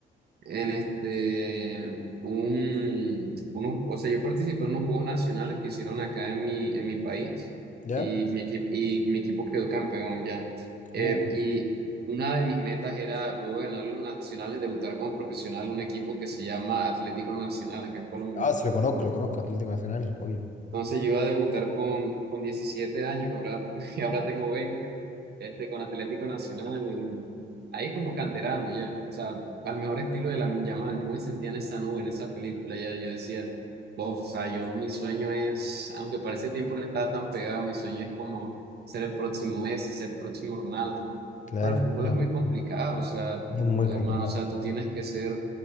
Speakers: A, on the right; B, on the left.
A: en este, un, unos- o sea, yo participé en unos Juegos Nacionales que hicieron acá en mi, en mi país
B: ¿Ya?
A: y mi, equi- y mi equipo quedó campeón ya. Eh,
B: Uh,
A: y una de mis metas era luego ganar los nacionales, debutar como profesional en un equipo que se llama Atlético Nacional acá en Colombia.
B: ah, sí, lo conozco, lo conozco, Atlético Nacional, obvio.
A: Entonces yo iba a debutar con, con 17 años, ahora, <laughs> y ahora tengo 20 este, con Atlético Nacional, en- ahí como canterano ya, o sea, al mejor estilo de la Yamal, yo me sentía en esa nube, en esa película ya, yo decía, "Bof, o sea, yo mi sueño es, aunque para ese tiempo no estaba tan pegado, mi sueño es como ser el próximo Messi, ser el próximo Ronaldo,
B: Claro,
A: pero el fútbol
B: no,
A: es muy complicado, o sea,
B: es
A: tú,
B: muy complicado.
A: hermano, o sea, tú tienes que ser...